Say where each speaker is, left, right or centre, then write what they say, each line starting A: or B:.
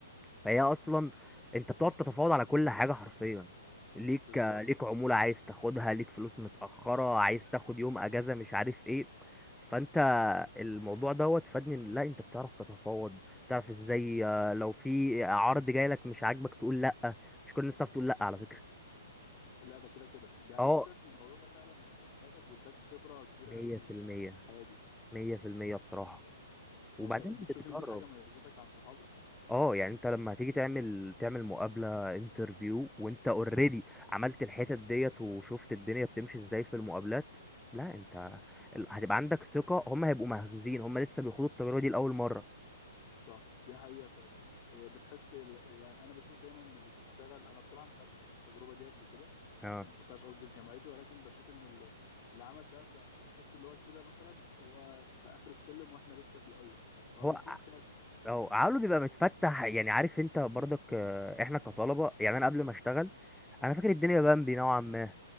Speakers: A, in the centre; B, on the left.
A: فهي اصلا انت بتقعد تتفاوض على كل حاجه حرفيا ليك
B: بالظبط
A: ليك عموله عايز تاخدها ليك فلوس متاخره عايز تاخد يوم اجازه مش عارف ايه فانت الموضوع دوت فادني إن لا انت بتعرف تتفاوض بتعرف ازاي آه، لو في عرض جاي لك مش عاجبك تقول لا مش كل الناس تعرف تقول لا على فكره
B: لا ده كده كده يعني
A: اه
B: انت شايف ان الموضوع ده فعلا فادك واداك خبره كبيره
A: 100%
B: قوي في, في الحياه دي
A: 100% بصراحه وبعدين
B: يعني شا... بتشوف
A: بتجرب
B: ان دي حاجه ميزتك عن صحابك
A: اه يعني انت لما هتيجي تعمل تعمل مقابلة انترفيو وانت اوريدي عملت الحتت ديت وشفت الدنيا بتمشي ازاي في المقابلات لا انت ال- هتبقى عندك ثقة هم هيبقوا مهزوزين هم لسه بيخوضوا التجربة دي لأول مرة
B: صح دي حقيقه فعلا إيه، بتحس ال- يعني انا بشوف دايما ان اللي بيشتغل انا بصراحه ما خدتش التجربه دي قبل كده
A: اه
B: ما خدتهاش قصدي في جامعتي ولكن بشوف ان اللي, اللي عمل ده ب- بحس اللي هو كده مثلا هو في اخر السلم واحنا لسه في الاول فهو
A: هو
B: بيكون سابق
A: اه عقله بيبقى متفتح يعني عارف انت برضك آه، احنا كطلبة يعني انا قبل ما اشتغل انا فاكر الدنيا بامبي نوعا ما